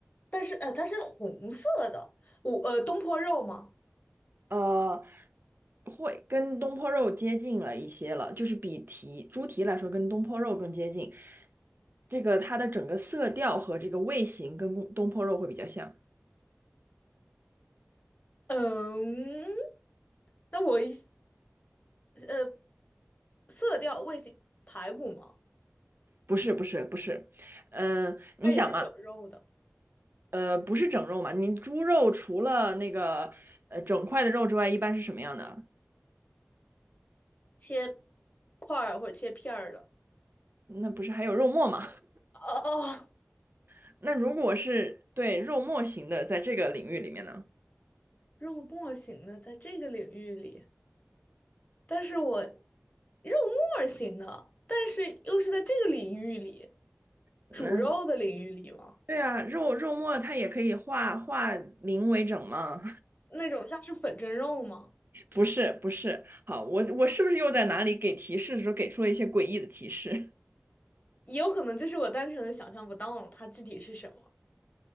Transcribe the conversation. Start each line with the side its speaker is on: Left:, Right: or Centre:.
Left: 但是呃，它是红色的，我呃东坡肉吗？
Right: 呃，会跟东坡肉接近了一些了，就是比蹄猪蹄来说，跟东坡肉更接近。这个它的整个色调和这个味型跟东坡肉会比较像。
Left: 嗯，那我一呃色调味型排骨吗？
Right: 不是不是不是，嗯、你想嘛，
Left: 它也是整肉的，
Right: 呃，不是整肉嘛，你猪肉除了那个呃整块的肉之外，一般是什么样的？
Left: 切块儿或者切片儿的。
Right: 那不是还有肉末吗？
Left: 哦哦，
Right: <laughs> 那如果是对肉末型的，在这个领域里面呢，
Left: 肉末型的，在这个领域里，但是我肉末型的，但是又是在这个领域里，
Right: 嗯，
Left: 煮肉的领域里吗？
Right: 对啊，肉肉末它也可以化化零为整嘛。
Left: 那种像是粉蒸肉吗？
Right: 不是不是，好，我我是不是又在哪里给提示的时候给出了一些诡异的提示？
Left: 也有可能就是我单纯的想象不到它具体是什么。